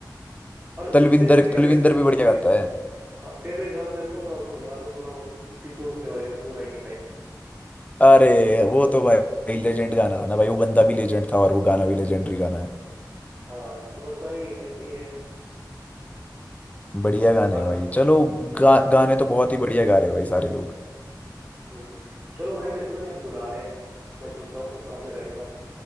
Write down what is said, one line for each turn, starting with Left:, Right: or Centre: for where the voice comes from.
Right: और
Left: तलविंदर
Right: सबसे फेवरेट
Left: तलविंदर भी
Right: फे,
Left: बढ़िया
Right: फे,
Left: गाता है
Right: हाँ फेवरेट गाना मैं बताऊँ कौन सा बोलूंगा आपने सुना होगा सिद्धू सिद्धू मूसे वाले का टू नाइनटी फाइव
Left: अरे वो तो भाई लेजेंड गाना था ना भाई वो बंदा भी लेजेंड था और वो गाना भी लेजेंडरी गाना है
Right: हाँ तो बस भाई ऐसे ही है
Left: बढ़िया गाना
Right: बाकी
Left: है भाई चलो
Right: हाँ
Left: गा, गाने तो बहुत ही बढ़िया गा रहे हैं भाई सारे लोग
Right: हम्म चलो भाई मेरे को ना यार बुला रहे हैं मैं चलता हूँ फिर बाद में करेंगे बात